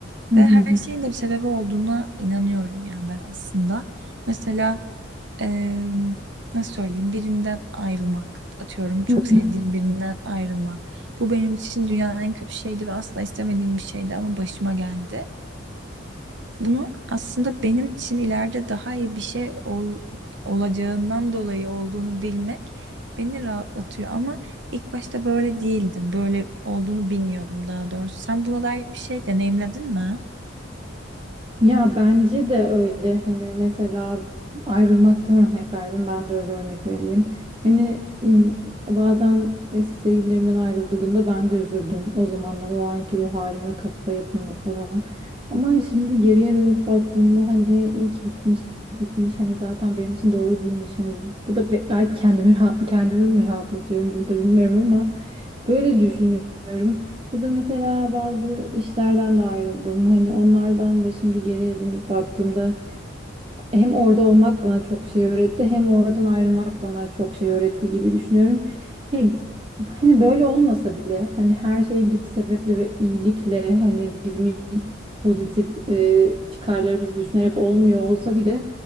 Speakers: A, on the right; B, on the right.
A: hı.
B: Ve her şeyin de bir sebebi olduğuna inanıyorum yani ben aslında. Mesela eee, nasıl söyleyeyim, birinden ayrılmak, atıyorum çok
A: hı.
B: sevdiğim birinden ayrılmak. Bu benim için dünyanın en kötü şeydi ve asla istemediğim bir şeydi ama başıma geldi. Bunu aslında benim için ileride daha iyi bir şey ol- olacağından dolayı olduğunu bilmek beni rahatlatıyor. Ama ilk başta böyle değildim. Böyle olduğunu bilmiyordum daha doğrusu. Sen buna dair bir şey deneyimledin mi?
A: Ya bence de öyle hani mesela ayrılmaktan örnek verdim ben de öyle örnek vereyim. Hani m, bazen eski sevgililerimden ayrıldığımda ben de üzüldüm o zamanlar o anki ruh halim ve kafa yapımla falan. Ama şimdi geriye dönüp baktığımda hani iyi ki bitmiş gitmiş hani zaten benim için doğru değilmiş. Hani bu da be- belki kendimi rahat, kendimi mi rahatlatıyorum burada bilmiyorum ama böyle düşünüyorum. Ya da mesela bazı işlerden de ayrıldım. Hani onlardan da şimdi geriye dönüp baktığımda hem orada olmak bana çok şey öğretti hem oradan ayrılmak bana çok şey öğretti gibi düşünüyorum. Ya, hani böyle olmasa bile hani her şey bir sebeple ve iyilikle hani bizim pozitif e, çıkarlarımızı düşünerek olmuyor olsa bile